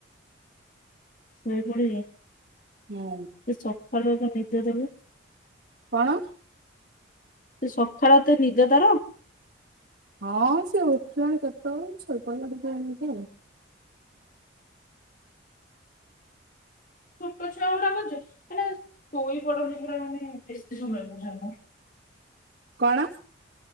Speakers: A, on the left; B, on the right.
A: ଶୋଇ ପିବ
B: ହୁଁ
A: ସେ ସକାଳ ବା ନିଦେ ଦେଲେ
B: କଣ?
A: ସେ ସକାଳ ତ ନିଜ ତାର
B: ହଁ ସେ ଉଠିଲଣି କେତେ ସପ ଟିକେ ଏ ଆଉ।
A: ଛଟ ଛୁଆ ତା କରୁଛି ମାନ ଶୋଇ ପଡ ପ ମାନେ ବେଶୀ ସମୟ ବୁଝା
B: କଣ?